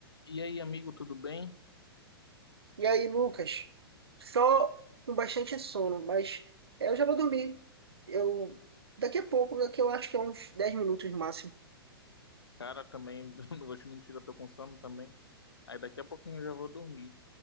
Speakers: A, on the left; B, on the right.
A: E aí, amigo, tudo bem?
B: E aí, Lucas, só com bastante sono, mas é, eu já vou dormir. Eu daqui a pouco, daqui eu acho que é uns 10 minutos no máximo.
A: Cara, também, <laughs> não vou te mentir, eu tô com sono também. Aí daqui a pouquinho eu já vou dormir.